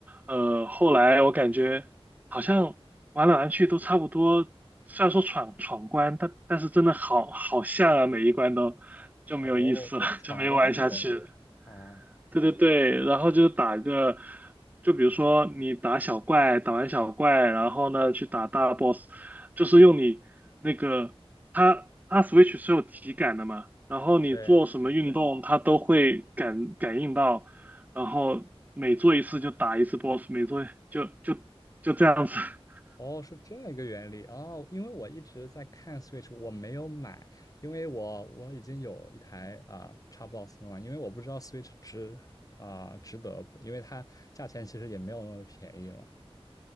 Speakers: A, on the right; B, on the left.
A: 呃，后来我感觉好像玩来玩去都差不多，虽然说闯闯关，但但是真的好好像啊，每一关都就没有意思了，
B: 哦，它是闯关那种游戏啊。
A: 就没玩下去了对对对，然后就是打一个，就比如说你打小怪，打完小怪，然后呢去打大 boss，就是用你那个它它 Switch 是有体感的嘛，然后你做什么运动，
B: 对，
A: 它都会感感应到，然后每做一次就打一次 boss，每做就就就这样子。<laughs>
B: 哦，是这样一个原理哦，因为我一直在看 Switch，我没有买，因为我我已经有一台啊、Xbox 了嘛，因为我不知道 Switch 值啊、值得不，因为它价钱其实也没有那么便宜嘛。